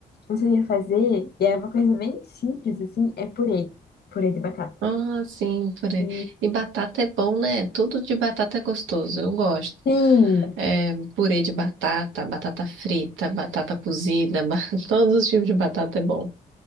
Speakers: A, on the left; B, on the right.
A: não sabia fazer, e é uma coisa bem simples assim, é purê, purê de batata.
B: Ah, sim, purê.
A: E,
B: E batata é bom, né? Tudo de batata é gostoso, eu gosto.
A: sim,
B: É, purê de batata, batata frita, batata cozida, <laughs> ba- todos os tipos de batata é bom.